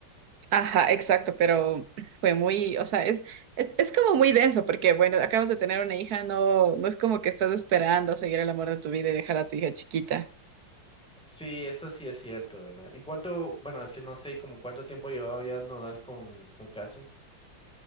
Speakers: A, on the right; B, in the centre.
A: Ajá, exacto, pero fue muy, o sea, es, es, es como muy denso porque, bueno, acabas de tener una hija, no, no es como que estás esperando a seguir el amor de tu vida y dejar a tu hija chiquita.
B: Sí, eso sí es cierto, ¿verdad? ¿Y cuánto, bueno, es que no sé como cuánto tiempo llevaba ya Nodal con, con Caso?